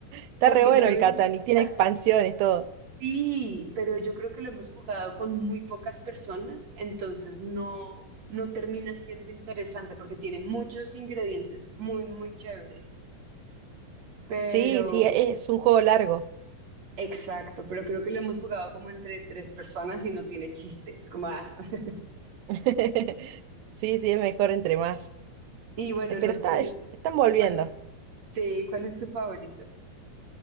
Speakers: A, on the right; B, on the right.
A: Está
B: porque
A: re bueno
B: no lo,
A: el
B: en-
A: Catán y
B: o
A: tiene
B: sea,
A: expansiones, todo.
B: sí, pero yo creo que lo hemos jugado con muy pocas personas, entonces no, no termina siendo interesante porque tiene muchos ingredientes muy, muy chéveres, pero
A: Sí, sí, e- es un juego largo.
B: exacto, pero creo que lo hemos jugado como entre tres personas y no tiene chiste, es como, ah, <laughs>
A: <laughs> Sí, sí, es mejor entre más.
B: y bueno,
A: Eh, Pero
B: los
A: está,
B: tuyos,
A: es- están volviendo.
B: ¿cuál es? Sí, ¿cuál es tu favorito?